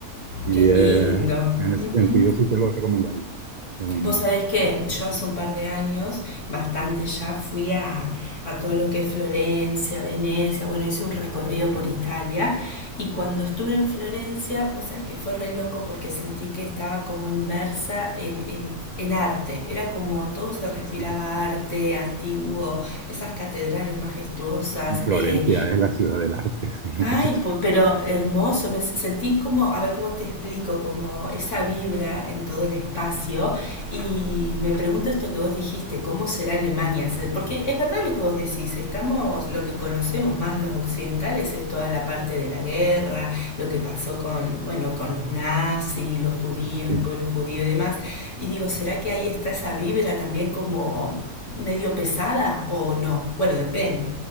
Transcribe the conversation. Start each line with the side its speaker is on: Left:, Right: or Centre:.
Right: Y
Left: Qué lindo.
Right: eh, en ese
Left: Ujú.
Right: sentido sí te lo recomendaría. Em,
Left: Vos sabés que yo hace un par de años, bastante ya, fui a, a todo lo que es Florencia, Venecia, bueno, hice un recorrido por
Right: em,
Left: Italia y cuando estuve en Florencia, vos sabés que fue re loco porque sentí que estaba como inmersa en, en, en arte, era como todo se respiraba
Right: sí.
Left: arte antiguo, esas catedrales majestuosas,
Right: Florencia
Left: eh,
Right: es la ciudad del arte, sí, un poquito.
Left: Ay, po- pero hermoso, me s- sentí como, a ver cómo te explico, como esa vibra en todo el espacio y me pregunto esto que vos dijiste, ¿cómo será Alemania? Se- Porque es verdad lo que vos decís, estamos, lo que conocemos más los occidentales es toda la parte de la guerra, lo que pasó con, bueno, con los nazis, los judíos,
Right: Sí.
Left: el pueblo judío y demás, y digo, ¿será que ahí está esa vibra también como medio pesada o no? Bueno, depende.